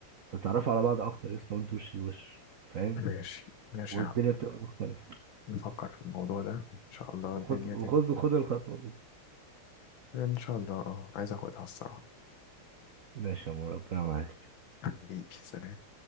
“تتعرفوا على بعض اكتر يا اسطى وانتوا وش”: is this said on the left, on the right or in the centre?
Right